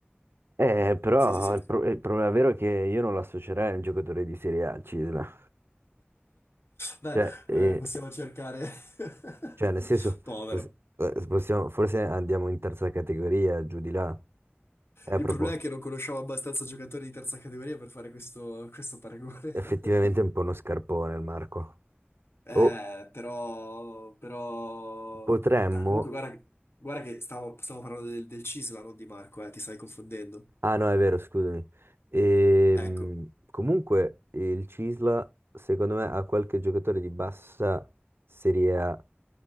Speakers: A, on the right (about 70°); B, on the left (about 80°).
A: Eh, però
B: Sì, sì, sì.
A: il,
B: <laughs>
A: pro- il problema vero è che io non lo associerei a un giocatore di Serie A, al Cisla.
B: Beh,
A: Cioè, eh,
B: eh, possiamo cercare. <laughs>
A: cioè, nel senso,
B: Povero.
A: pos- eh, possiamo- forse andiamo in terza categoria, giù di là. È
B: Il
A: proprio
B: problema è che non conosciamo abbastanza giocatori di terza categoria per fare questo, questo paragone.
A: effettivamente
B: <laughs>
A: un po' uno scarpone il Marco.
B: Eh,
A: O
B: però, però...
A: potremmo...
B: no, comunque, guarda, guarda che stavo, stavo parlando del, del Cisla, non di Marco, eh, ti stai confondendo.
A: Ah no, è vero, scusami. Ehm,
B: Ecco.
A: comunque il Cisla, secondo me, ha qualche giocatore di bassa Serie A,